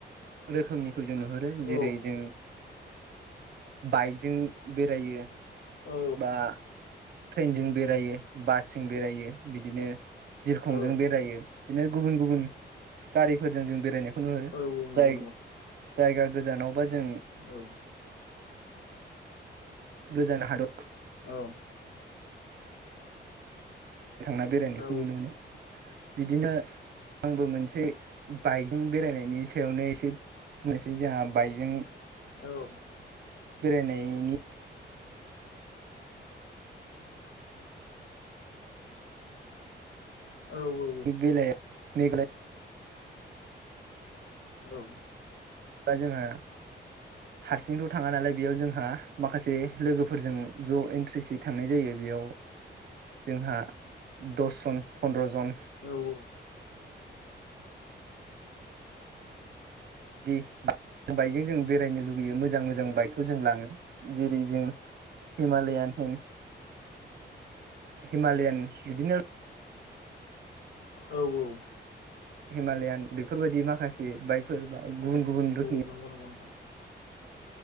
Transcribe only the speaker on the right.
रोखोमनिखौ जों नुहुरो
जेरै जों बाइकजों बेरायो
बा ट्रेनजों बेरायो बासजों बेरायो बिदिनो बिरखंजों
बेरायो बिदिनो गुबुन गुबुन गारिफोरजों जों बेरायनायखौ नुहुरो
जाय
जायगा गोजानावबा जों
गोजान हादर <unintelligible>
थांना बेरायनायखौ
नुनो मोनो बिदिनो आंबो मोनसे बाइकजों बेरायनायनि सायावनो एसे बुंनोसै जोंहा बाइकजों
बे न
बे बेल मेघ
बा जोंहा हारसिंथ' थाङा नालाय बेयाव जोंहा माखासे लोगोफोरजों ज' इन्ट्रेसयै थांनाय जायो बेयाव जोंहा दसजन फन्द्र'जन
दि बाइकजों जों बेरायनो लुुबैयो मोजां मोजां बाइकखौ जों लाङो जेरै जों हिमालयान होन हिमालयान बिदिनो
हिमालयान बेफोरबायदि माखासे बाइकफोर बा गुबुन गुबुन रोखोमनि